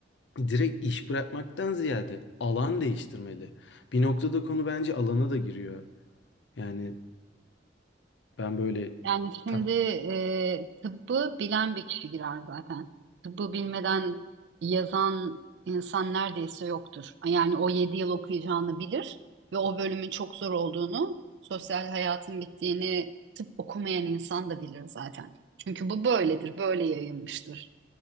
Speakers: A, on the left (about 75°); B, on the right (about 70°).
A: direkt iş bırakmaktan ziyade alan değiştirmeli. Bir noktada konu bence alana da giriyor. Yani ben böyle
B: Yani şimdi
A: ta-
B: e, tıbbı bilen bir kişi girer zaten. Tıbbı bilmeden yazan insan neredeyse yoktur. Yani o 7 yıl okuyacağını bilir ve o bölümün çok zor olduğunu, sosyal hayatın bittiğini tıp okumayan insan da bilir zaten. Çünkü bu böyledir, böyle yayılmıştır.